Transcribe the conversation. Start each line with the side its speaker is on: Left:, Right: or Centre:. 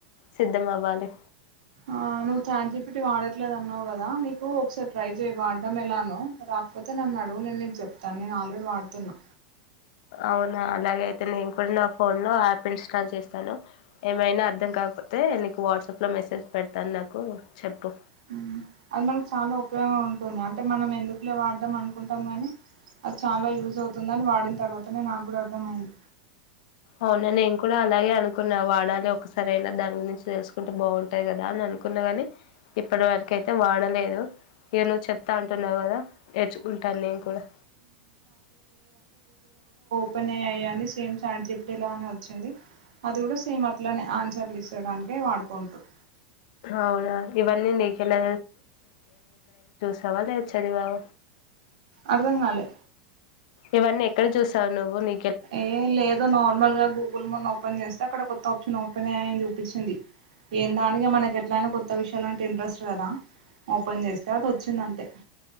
Left: సిద్ధం అవ్వాలి
Right: ఆ నువ్వు చాట్ జీ పి టీ వడ ట్లేదు అన్నావు కదా నీకు ఒకసారి ట్రై చేయి వాడటం ఎలానో రాకపోతే నన్ను అడుగు నేను నీకు చెప్తాను నేను ఆల్రెడీ వాడుతున్నా
Left: అవునా అలాగే అయితే నేను కూడా నా ఫోన్ లో యాప్ ఇన్స్టాల్ చేస్తాను ఏమైనా అర్థం కాకపోతే నీకు వాట్సాప్ లో మెసేజ్ పెడతాను నాకు చెప్పు
Right: హ్మ్ అందరం చాలా ఉపయోగం ఉంటుంది అంటే మనం ఎందుకులే వాడదాం అనుకుంటాం కానీ అది చాలా యూజ్ అవుతుంది. అని వాడిన తర్వాతనే నాకు కూడా అర్థమయింది.
Left: అవునా నేను కూడా అలాగే అనుకున్నా వాడాలి ఒకసారి అయినా దాని గురించి తెలుసుకుంటే బాగుంటది కదా అని అనుకున్నా గాని, ఇప్పటి వరకు అయితే వాడలేదు. ఇక నువ్ చెప్తా అంటున్నావ్ కదా నేర్చుకుంటాను నేను కూడా
Right: ఉపన్య అయని సేమ్ చాటజీప్పుడేలా అనే వచ్చింది. అది కూడా సేమ్ అట్లనే ఆన్సర్లు ఇచ్చేడానికే వాడుకుంటారు.
Left: అవునా ఇవన్నీ నీకెలా సవా లేద్ చదివావ
Right: అర్థం కాలే
Left: ఇవన్నీ ఎక్కడ చూసావు నువ్వు నీ
Right: ఏ లేదు నార్మల్ గా గూగుల్ మొన్న ఓపెన్ చేస్తే అక్కడ కొత్త నొకనే అని చూపించింది ఎందా అని ఇగ మనకె ఎట్లా అని కొత్త విషయాలంటే ఇంట్రెస్ట్ కదా ఓపన్ చేస్తే అద్ త్ వచ్చింది అంతే